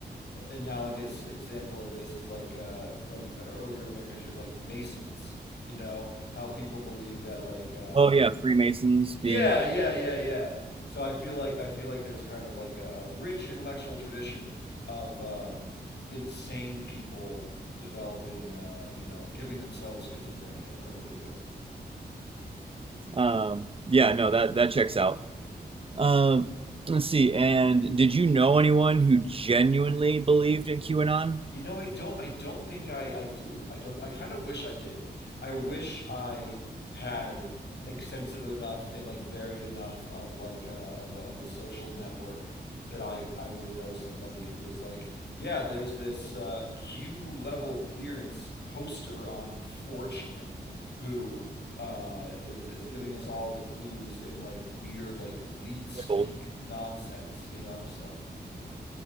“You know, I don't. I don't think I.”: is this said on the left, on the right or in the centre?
Left